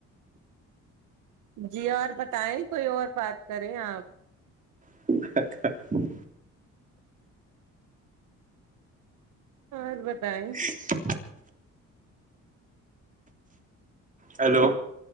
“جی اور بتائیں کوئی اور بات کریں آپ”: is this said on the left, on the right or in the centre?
Right